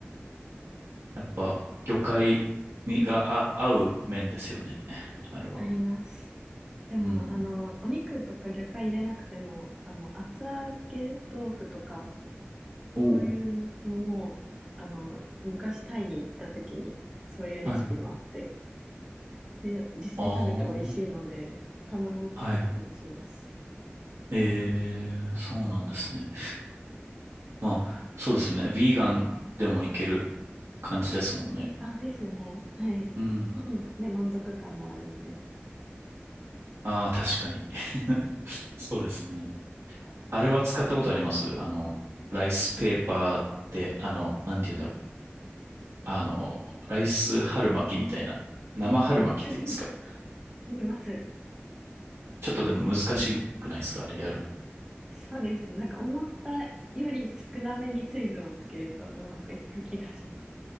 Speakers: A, on the right (about 85°); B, on the right (about 15°).
A: やっぱ、魚介にがあ合う麺ですよね。あれは。
B: 合います。でも、
A: うん。
B: あの、お肉とか魚介入れなくても、あの、厚揚げ豆腐とか、
A: おお。
B: そういうのも、あの、昔タイに行った時に、そういうレシピもあって、
A: はい。
B: で、実際食べて美味しいので、
A: ああ。
B: たまに作ったりします。
A: はい。ええそうなんですね。まあ、そうですよね。ヴィーガンでもいける感じですもんね。
B: あ、ですね。はい。
A: うん。
B: うんうんで、満足感もあるので。
A: ああ、確かに。<laughs> そうですね。あれは使ったことありますあの、ライスペーパーって、あの、なんて言うんだろう。あの、ライス春巻きみたいな。生春巻きっていうんですか。
B: はいはい。うんうん見ます。
A: ちょっとでも難しくないですかあれやるの。
B: そうですね。なんか思ったより少なめに水分をつけるとうまくいく気がします。